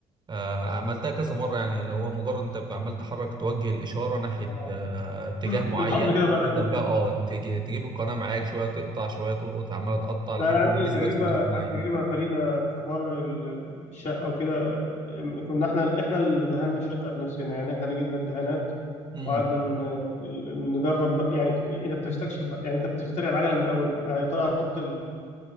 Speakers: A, on the right; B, on the left.
A: آه، عملتها كذا مرة يعني لو هو مجرد انت عمال تحرك توجه الإشارة ناحية
B: آه.
A: آه، اتجاه
B: بالحظ
A: معين
B: كده بقى لحد
A: تفضل
B: ما تيجي
A: بقى اه تج- تجيب القناة معاك شوية تقطع شوية تلقط عمالة تقطع لحد
B: لا انا عندي
A: ما تثبت
B: تجربه
A: في مكان معين.
B: عندي تجربه فريده في حوار ال- الشقه وكده أم- كنا احنا احنا اللي دهنا الشقه بنفسنا يعني احنا اللي جبنا الدهانات
A: امم
B: وقعدنا ن- ال- نجرب بقى يعني ك- يعني انت بتستكشف بقى يعني انت بتخترع العجله من الاول بقى يا ترى هنحط ال-